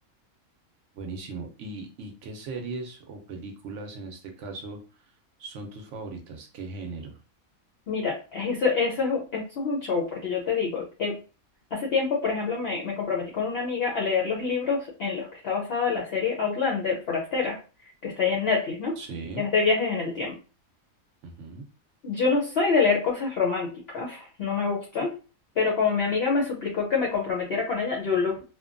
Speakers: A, on the right; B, on the left.
A: Buenísimo. ¿Y, y qué series o películas en este caso son tus favoritas? ¿Qué género?
B: Mira, eso, eso es, un- eso es un show, porque yo te digo, eh, hace tiempo, por ejemplo, me, me comprometí con una amiga a leer los libros en los que está basada la serie Outlander, Forastera, que está ahí en Netflix, ¿no?
A: Sí.
B: Es de viajes en el tiempo.
A: ujú.
B: Yo no soy de leer cosas románticas, no me gustan, pero como mi amiga me suplicó que me comprometiera con ella, yo los,